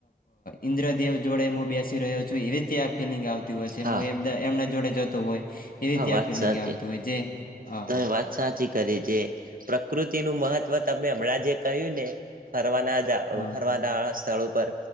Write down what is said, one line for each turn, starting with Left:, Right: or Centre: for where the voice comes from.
Left: ઈન્દ્રદેવ જોડે હું બેસી રહ્યો છું, એવી ત્યાં ફિલિંગ આવતી હોય છે
Right: હા
Left: એમના જોડે જતો હોય એવી
Right: હા
Left: ત્યાં
Right: વાત
Left: ફિલિંગ
Right: સાચી
Left: આવતી હોય જે હા
Right: તમે
Left: હા
Right: સાચી કરી તે પ્રકૃતિ નું મહત્વ તમે હમણાં જે કહ્યું ને હરવાના,
Left: હા
Right: ફરવાના સ્થળો પર